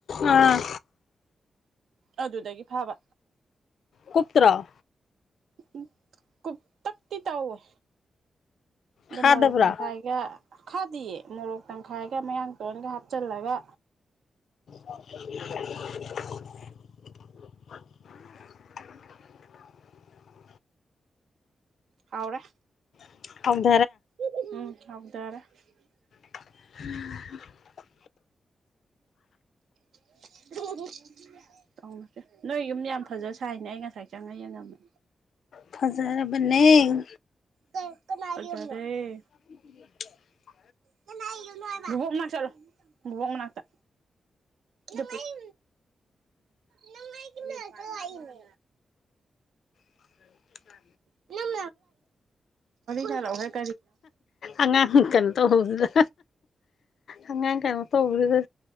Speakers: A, on the left; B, on the right.
A: ꯑꯥ
B: ꯑꯗꯨꯗꯒꯤ ꯐꯕ
A: ꯀꯨꯄꯇꯔꯣ
B: ꯎ ꯀꯨꯄꯇꯥꯛꯇꯤ ꯇꯎ ꯏ ꯑꯗꯣ
A: ꯈꯥꯗꯕ꯭ꯔꯣ
B: ꯃꯣꯔꯣꯛ ꯇꯪꯈꯥꯏꯒꯥ ꯈꯥꯗꯤꯌꯦ ꯃꯣꯔꯣꯛ ꯇꯪꯈꯥꯏꯒ ꯃꯌꯥꯡ ꯇꯤꯟꯒꯥ ꯍꯥꯞꯆꯤꯜꯂꯒ
A: <unintelligible>
B: ꯍꯥꯎꯔꯦ
A: <inaudible>
B: ꯎꯝ ꯍꯥꯎꯔꯦ
A: <inaudible>
B: <unintelligible> ꯇꯧꯁꯦ ꯅꯣꯏ ꯌꯨꯝ ꯌꯥꯝ ꯐꯖꯁꯥ ꯁꯥꯏꯅ ꯑꯩ ꯉꯁꯥꯏ ꯆꯪꯉꯒ ꯌꯦꯡꯉꯝꯃꯦ꯫
A: ꯐꯖꯥꯔꯕꯅꯦ꯫ <unintelligible>
B: ꯀꯩ ꯀꯅꯥꯒꯤ ꯌꯨꯝꯅꯣ ꯐꯖꯔꯦ
A: <unintelligible>
B: ꯀꯅꯥꯏ ꯌꯨꯝꯅꯣ ꯍꯥꯏꯕ ꯑꯣ ꯆꯠꯂꯣ ꯕꯣꯕꯣꯛ ꯃꯅꯥꯛꯇ ꯅꯪ ꯑꯩ ꯅꯪ ꯑꯩꯒꯤ ꯃꯅꯥꯛꯇ ꯂꯥꯛꯂꯤꯅꯦ꯫
A: <unintelligible>
B: ꯅꯪ ꯅꯥꯛ ꯂꯥꯛꯏꯅꯦ <unintelligible>
A: ꯑꯉꯥꯡ ꯀꯩꯅꯣ ꯇꯧꯕꯗꯨꯗ ꯑꯉꯥꯡ ꯀꯩꯅꯣ ꯇꯧꯕꯗꯨꯗ